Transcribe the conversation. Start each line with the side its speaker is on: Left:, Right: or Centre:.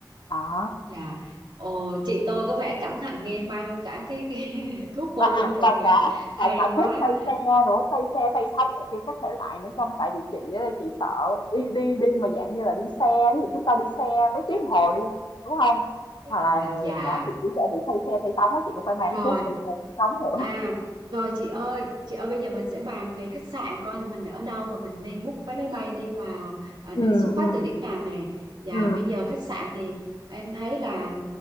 Left: à
Right: dạ. Ồ, chị tôi có vẻ cẩn thận ghê mang luôn cả cái, cái <laughs> thuốc bôi
Left: và à,
Right: côn trùng
Left: và
Right: nữa.
Left: cả
Right: Hay
Left: và cả
Right: quá.
Left: thuốc xây xe nữa xây xe xây sóng này kia các thể loại nữa trong tại vì chị á, chị sợ đi đi đi mà dạng như là đi xe ví dụ chúng ta đi xe mấy tiếng đồng hồ đi đúng không hoặc là
Right: Dạ, dạ.
Left: đó chị chỉ sẽ bị xây xe xây sóng á chị cũng phải mang
Right: rồi
Left: cái thuốc xây xe xây sóng nữa
Right: à rồi chị ơi chị ơi bây giờ mình sẽ bàn về khách sạn coi thì mình ở đâu và mình nên book vé máy bay đi vào à,
Left: ừ
Right: đi xuất phát
Left: ừ
Right: từ điểm nào nè và
Left: ừ
Right: bây giờ khách sạn thì em thấy là